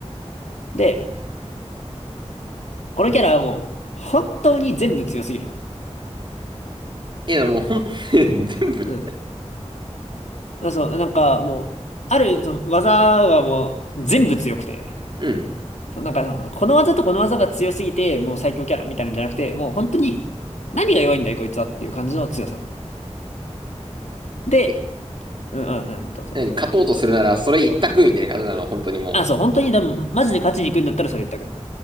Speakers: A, on the left; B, on the right.
A: で、このキャラはもう、本当に全部強すぎるの。
B: いや、でもほん、<laughs> 全部。
A: うん。まあそう、なんかもう、ある、その技はもう、全部強くて、
B: うん。
A: そう、なんかその、この技とこの技が強すぎて、もう最強キャラみたいなんじゃなくて、もう本当に、何が弱いんだい、こいつはっていう感じの強さ。で
B: え、
A: うん、あうん、どうぞ。
B: 何、勝とうとするなら、それ一択みたいな感じなの、本当にも
A: あ、そう、本当に、でも、マジで勝ちに行くんだったらそれ一択。